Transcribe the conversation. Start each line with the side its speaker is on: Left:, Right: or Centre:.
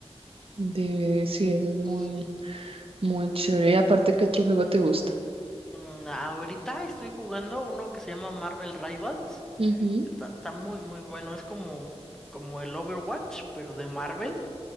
Right: de, sí, eso es muy,
Centre: Sí.
Right: muy chévere. Y aparte, ¿qué otro juego te gusta?
Centre: Mm, ahorita estoy jugando uno que se llama Marvel Rivals.
Right: Ujú.
Centre: Está, está muy, muy bueno. Es como, como el Overwatch, pero de Marvel.